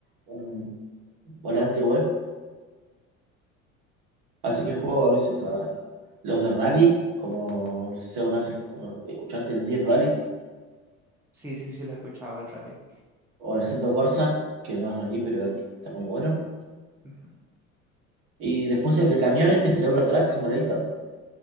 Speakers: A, on the right; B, in the centre.
A: un volante igual. Así que juego a veces a los de rally, como no sé si alguna vez escu- escuchaste el D-Rally
B: Sí, sí, sí, lo he escuchado el rally.
A: o el Assetto Corsa, que no es rally, pero está muy bueno.
B: Ujú.
A: Y después el de camiones, el Euro Truck Simulator.